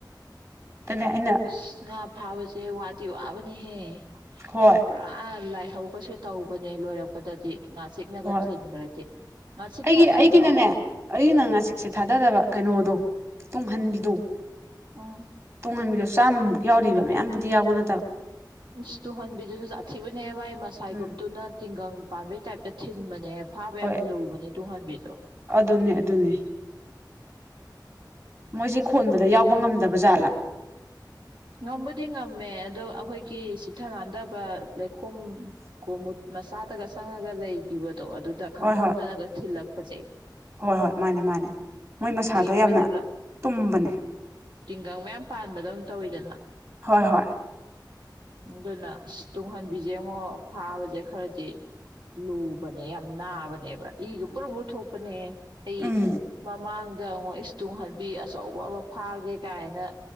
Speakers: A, on the right; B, on the right.
A: ꯇꯅ ꯑꯅ
B: ꯑꯁ ꯉꯥ ꯐꯥꯕꯁꯦ ꯋꯥꯗꯤ ꯋꯥꯕꯅꯤꯍꯦ
A: ꯍꯣꯏ
B: ꯄꯨꯔꯥ ꯂꯥꯏꯍꯧꯕꯁꯦ ꯇꯧꯕꯅꯦ ꯂꯣꯏꯔꯛꯄꯗꯗꯤ ꯉꯥꯁꯤꯛꯅꯒ
A: ꯍꯣꯏ
B: ꯊꯤꯟꯈ꯭ꯔꯗꯤ ꯉꯥꯁꯤꯛ
A: ꯑꯩꯒꯤ
B: ꯊꯥꯗꯈ꯭ꯔꯣ
A: ꯑꯩꯒꯤꯅꯅꯦ ꯑꯩꯒꯤꯅ ꯉꯥꯆꯤꯛꯁꯦ
B: ꯎꯝ
A: ꯊꯥꯗꯗꯕ ꯀꯩꯅꯣꯗꯣ ꯇꯨꯡꯍꯟꯕꯤꯗꯨꯣ
B: ꯎꯝ
A: ꯇꯨꯡꯍꯟꯕꯤꯗꯣ ꯆꯥꯝꯃꯨꯛ ꯌꯥꯎꯔꯤꯕ ꯃꯌꯥꯝꯕꯨꯗꯤ ꯌꯥꯎꯕ ꯅꯠꯇꯕ
B: ꯏꯁ ꯇꯨꯍꯟꯕꯤꯗꯨꯁꯨ ꯑꯊꯤꯕꯅꯦ ꯃꯥꯥꯏ ꯃꯁꯥꯏ
A: ꯎꯝ
B: ꯒꯨꯞꯇꯨꯅ ꯇꯤꯡꯒꯪ ꯄꯥꯟꯕꯒꯤ ꯇꯥꯏꯞꯇ ꯊꯤꯟꯕꯅꯦꯕ ꯐꯥꯕ
A: ꯍꯣꯏ
B: ꯌꯥꯝ ꯂꯨꯕꯅꯦ ꯇꯨꯡꯍꯟꯕꯤꯗꯣ
A: ꯑꯗꯨꯅꯦ ꯑꯗꯨꯅꯦ ꯃꯣꯏꯁꯤꯦ ꯈꯣꯟꯕꯗ ꯌꯥꯎꯕ ꯉꯝꯗꯕ ꯖꯥꯠꯂꯥ
B: ꯉꯝꯕꯗꯤ ꯉꯝꯃꯦ ꯑꯗꯣ ꯑꯩꯈꯣꯏꯒꯤ ꯆꯤꯊ ꯅꯥꯟꯊꯕ ꯂꯩꯈꯣꯝ ꯀꯣꯃꯨꯠ ꯃꯆꯥꯗꯒ ꯆꯪꯉꯒ ꯂꯩꯈꯤꯕꯗꯣ ꯑꯗꯨꯗ ꯈꯪꯍꯧꯗꯅꯒ
A: ꯍꯣꯏ ꯍꯣꯏ
B: ꯊꯤꯜꯂꯛꯄꯁꯦ
A: ꯍꯣꯏ ꯍꯣꯏ ꯃꯥꯅꯦ ꯃꯥꯅꯦ ꯃꯣꯏ ꯃꯁꯥꯗꯣ
B: ꯑꯗꯒꯤ ꯃꯣꯏꯅꯒ
A: ꯌꯥꯝꯅ ꯇꯨꯝꯕꯅꯦ
B: ꯇꯤꯡꯒꯪ ꯃꯌꯥꯝ ꯄꯥꯟꯕꯗꯧꯅ ꯇꯧꯋꯤꯗꯅ
A: ꯍꯣꯏ ꯍꯣꯏ
B: ꯑꯗꯨꯅ ꯑꯁ ꯇꯨꯡꯍꯟꯕꯤꯁꯦ ꯌꯦꯡꯉꯣ ꯐꯥꯕꯁꯦ ꯈꯔꯗꯤ ꯂꯨꯕꯅꯦ ꯌꯥꯝ ꯅꯥꯕꯅꯦꯕ ꯏꯒꯨꯝꯕꯔꯨꯝꯕꯨ ꯊꯣꯛꯄꯅꯦ ꯑꯩ
A: ꯎꯝ
B: ꯃꯃꯥꯡꯗ ꯃꯣꯏ ꯏꯁ ꯇꯨꯡꯍꯟꯕꯤ ꯑꯆꯧꯕ ꯑꯃ ꯐꯥꯒꯦ ꯀꯥꯏꯅ